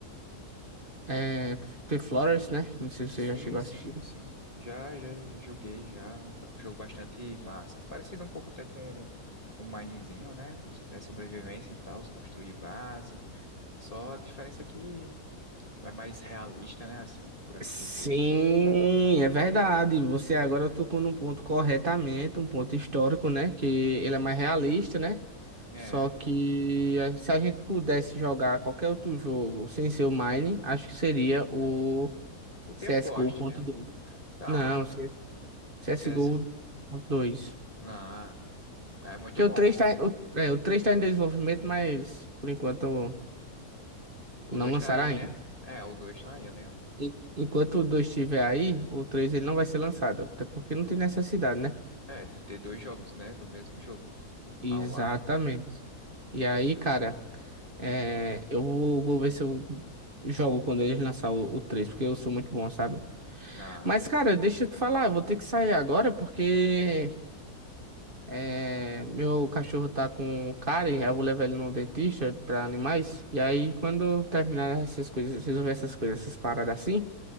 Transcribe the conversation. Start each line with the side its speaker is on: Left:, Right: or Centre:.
Right: É, The Flowers, né? Não sei se
Left: Sim,
Right: você já chegou
Left: sim,
Right: a assistir.
Left: sim. Já, já, já joguei, já. Um um jogo bastante massa. Parecido um pouco até com o Minezinho, né? É sobrevivência e tal, se construir base. Só a diferença é que é mais realista, né? Assim, por assim
Right: Sim,
Left: dizer.
Right: é verdade. Você agora tocou num ponto corretamente, um ponto histórico, né? Que ele é mais realista, né?
Left: É.
Right: Só que eh, se a gente pudesse jogar qualquer outro jogo sem ser o Mine, acho que seria o
Left: O The
Right: CSGO.2.
Left: Forest, né? Ah,
Right: Não, CS CSGO.2.
Left: CS. Ah, é muito
Right: Que
Left: bom.
Right: o 3 tá, em- o, é, o 3 tá em desenvolvimento, mas por enquanto
Left: O
Right: não
Left: 2
Right: lançaram
Left: tá aí,
Right: ainda.
Left: né? É, o dois tá aí, né?
Right: En- Enquanto o 2 estiver aí, o 3 ele não vai ser lançado, até porque não tem necessidade, né?
Left: É, de ter dois jogos, né? Do mesmo jogo.
Right: Exatamente.
Left: Ah, uau.
Right: E aí, cara, é, eu vou, vou ver se eu jogo quando eles lançar o, o 3, porque eu sou muito bom, sabe?
Left: Ah,
Right: Mas, cara, deixa eu te falar, eu vou ter que sair agora, porque É, meu cachorro tá com cárie, aí eu vou levar ele no dentista pra animais. E aí, quando eu terminar essas coisas, resolver essas coisas, essas paradas assim,